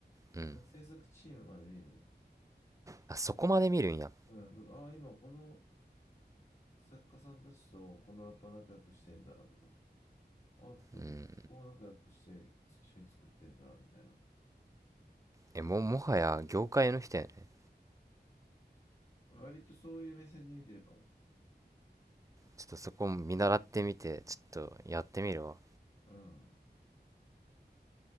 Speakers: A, on the right; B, on the left.
A: うん。
B: それ制作チームまで見るね。
A: あ、そこまで見るんや。
B: うん。だから、ああ、今この作家さんたちとこのラッパー仲良くしてんだとか、ああ、こことここ仲良くして一緒に作ってんだみたいな。
A: うん。え、
B: うん。
A: も、もはや業界の人やね。
B: 割とそういう目線で見てるかも。
A: ちょっとそこ見習ってみて、ちょっとやってみるわ。
B: うん。